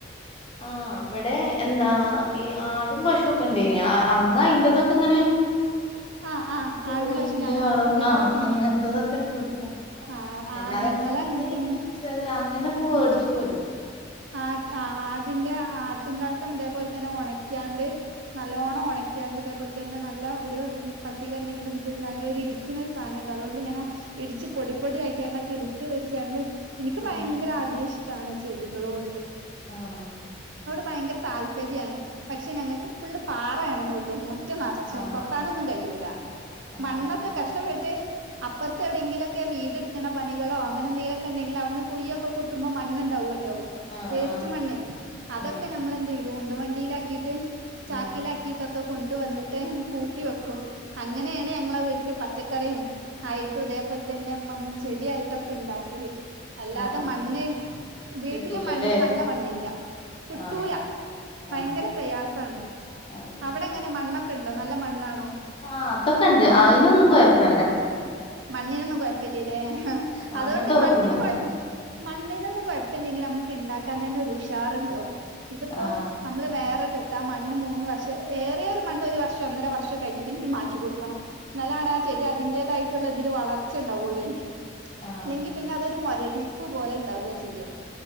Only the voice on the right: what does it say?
ആഹ് ആഹ് ആടും
പശുവിനെ ആ അതേപോലെ
തന്നെ
ആഹ് ആഹ്
ഞങ്ങള് അങ്ങനെ
തന്നെ
ആ ആടിന്റെ ആട്ടും കാട്ടം അതേപോലെ തന്നെ ഉണക്കിയാണ്ട് നല്ലോണ്ണം ഉണക്ക്യാണ്ട് ഇതേപോ തന്നെ നല്ല ഒരു പട്ടിക എന്തെങ്കിലും ഇത്ണ്ട ഒരു ഇടിക്കുന്നൊരു സാധനംണ്ട് അതുകൊണ്ട് ഇങ്ങനെ ഇടിച്ച് പൊടി പൊടി അയക്കാണ്ടൊക്കെ എടുത്ത് വെച്ചാണ്ട് എനിക്ക് ഭയങ്കര
ആദ്യം ഇഷ് ട്ടാണ് ചെടി ളോട്
ഭയങ്കര താല്പര്യമാണ് പക്ഷെ ഞങ്ങക്കിപ്പിള്ള പാ യാ ണെന്നുള്ളൂ മുറ്റം നറച്ചും
കൊത്താനൊന്നും കഴിയൂല
മണ്ണൊക്കെ കഷ്ടപ്പെട്ട് അപ്പറത്തെ എവിടെയെങ്കിലൊക്കെ വീടെടുക്കണ പണികളോ അങ്ങനെ എന്തെങ്കിലൊക്ക ഉണ്ടെങ്കിൽവിടെന്ന് കുഴിയൊക്കെ കുത്തുമ്പോ മണ്ണുണ്ടാവുമല്ലോ
വേസ്റ്റ്
മണ്ണെ അതൊക്കെ
നമ്മളെന്ത ചെയ്യും ഉന്ത് വണ്ടിയിലാക്കിയിട്ട് ചാക്കിലാക്കിട്ടൊ
ഒക്കെ കൊണ്ട വന്നിട്ട് കൂട്ടി വെക്കും അങ്ങനെയാണ് ഞങ്ങളെ വീട്ടില് പ പച്ചക്കറിയും ആയിട്ടും ഇതേപോലെ തന്നെ ചെടിയായിട്ടൊക്കെ ഉണ്ടാക്കല് അല്ലാതെ
മണ്ണ് വീട്ട
മണ്ണ് നല്ല മണ്ണില്ല കിട്ടൂല
ഭയങ്കര
പ്രയാസമാണ്
അവിടെങ്ങനെ മ ണ്ണൊക്കെണ്ടോ നല്ല മണ്ണാണോ?
മണ്ണിനൊന്നും കുയപ്പ ല്ലല്ലേ അതുകൊണ്ട്
മണ്ണിന് കുഴപ്പമില്ല മണ്ണിനൊന്നും കുഴപ് പ്പമില്ലെങ്കിൽ നമ്മ ക്കെ ഉണ്ടാക്കാൻ തന്നെ ഒരു ഉഷാറുണ്ടാവും. ഇതിപ്പം
നമ്മള് വേറെ ത്ത് ആ മണ്ണ് മൂന്ന് വർഷം ഏറിയ ഒരു മണ്ണ് ഒരു വർഷം ഒന്നര വർഷം കഴിഞ്ഞ പിന്നെ മാറ്റി കൊടുക്കണം എന്നാലാണ് ആ ചെടി അതിന്റേതായിട്ടുള്ള ഇതില് വളർച്ച ഉണ്ടാവുള്ളൂ അതിന്.
അല്ലെങ്കിൽ പിന്നെ അതൊരു മുരട് ഡിപ്പ് പോലെ ഉണ്ടാവുക ചെയ്യാ